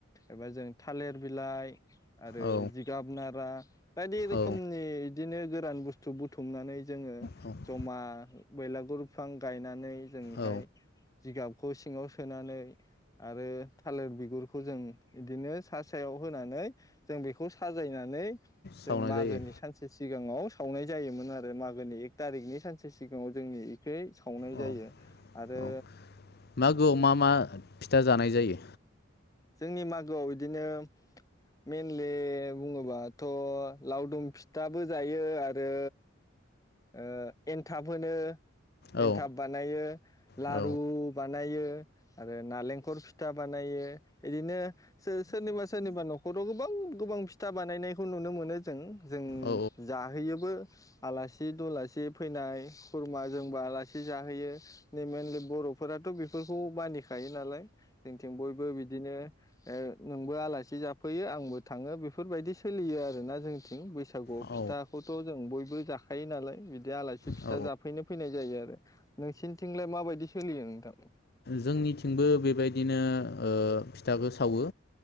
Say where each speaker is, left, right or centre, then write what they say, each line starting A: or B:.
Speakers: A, on the left; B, on the left.
A: एबा जों थालिर बिलाइ आरो
B: औ
A: जिगाब‌‌ नारा बायदि
B: औ
A: रोखोमनि इदिनो गोरान बुस्थु बुथुमनानै जोङो
B: औ
A: जमा बेलागुर फां गायनानै जोंनिहाय
B: औ
A: जिगाब खौ सिङाव सोनानै आरो थालिर बिगुरखौ जों बिदिनो सा सायाव होनानै जों बेखौ स नानै जों
B: सावनाय
A: म
B: जायो
A: गोदोनि सानसे सिगाङाव सावनाय जायोमोन आरो मागोनि एक थारिखनि सानसे सिगाङाव जोंनि सावनाय
B: औ
A: जायो आरो
B: औ मागोआव मा मा फिथा जानाय जायो
A: जोंनि मागोआव इदिनो मेनलि बुङोबाथ' लावदुम फिथाबो जायो आरो ओ एन्थाब होनो
B: औ
A: एन्थाब बानायो लारु
B: औ
A: बानायो आरो नारेंखर फिथा बानायो इदिनो सोरनिबा सोरनिबा न'खराव गोबां गोबां फिथा बानायनायखौ नुनो मोनो जों जों
B: औ
A: जाहोयोबो आलासि आसि दुलासि फैनाय खुरमा जोंबो आलासि जाहैयो मेनलि बर'फोराथ' बेफोरखौ मानिखायो नालाय जोंथिं बयबो बिदिनो ओ नोंबो आलासि जाफैयो आंबो थाङो बेफोरबायदि सोलियो आरोना जोंथिं बैसाग बैसागुआव
B: औ
A: फिथाखौथ' जों बयबो जाखा खायो नालाय बिदिनो बिदि आलासि फिथा
B: औ
A: जाफैनो फैनाय जायो आरो नोंसिनिथिंलाय माबायदि सोलियो नोंथां?
B: जोंनिथिंबो बेबायदिनो ओ फिथाखो सावो।